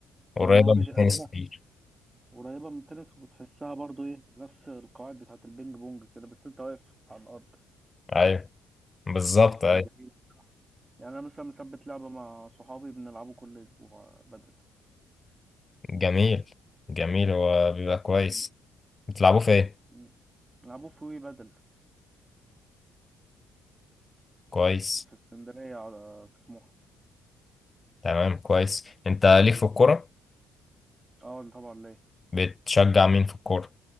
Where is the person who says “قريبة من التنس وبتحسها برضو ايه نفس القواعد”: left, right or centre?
Right